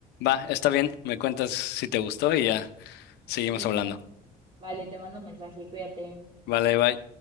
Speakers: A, on the left; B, on the right.
A: Va, está bien, me cuentas si te gustó y ya seguimos
B: Sí,
A: hablando.
B: vale, te mando mensaje, cuídate.
A: Vale, bye.